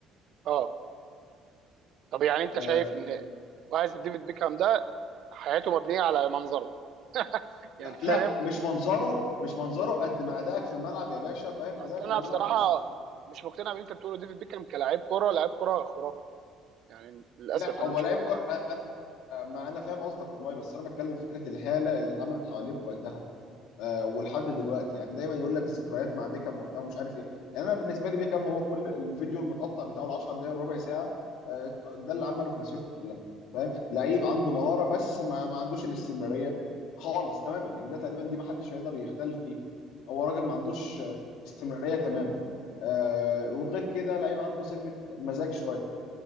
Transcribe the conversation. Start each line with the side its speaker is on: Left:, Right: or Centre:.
Right: اه طب يعني انت
Left: آه
Right: شايف ان واحد زي ديفيد بيكهام ده حياته مبنيه على منظره يعني
Left: لا
Right: فاهم
Left: لا مش منظره مش منظره قد ما ادائك في الملعب يا باشا فاهم
Right: اصل
Left: ادائك
Right: انا
Left: في الملعب
Right: بصراحه
Left: مش
Right: مش مقتنع باللي انت بتقوله ديفيد بيكهام كلاعب كوره لاعب كوره خرافي يعني للاسف
Left: لا هو
Right: انا مش
Left: لعيب
Right: مقتنع
Left: كو... أ- أ- ما انا فاهم قصدك والله بس انا بتكلم فكره الهاله اللي اتعملت حواليه في وقتها آه، ولحد دلوقتي يعني دايما يقول لك الذكريات مع بيكام وبتاع ومش عارف ايه يعني انا بالنسبه لي بيكام هو كل الفيديو المتقطع بتاعه ال 10 دقائق ربع ساعه آه، ده اللي عمله في مسيرته كلها فاهم لعيب عنده مهاره بس ما, ما عندوش الاستمراريه خالص تماما يعني ده تقريبا دي ما حدش هيقدر يختلف فيه هو راجل ما عندوش
Right: مم.
Left: آه، استمراريه تماما آه، وغير كده لعيب عنده سنه مزاج شويه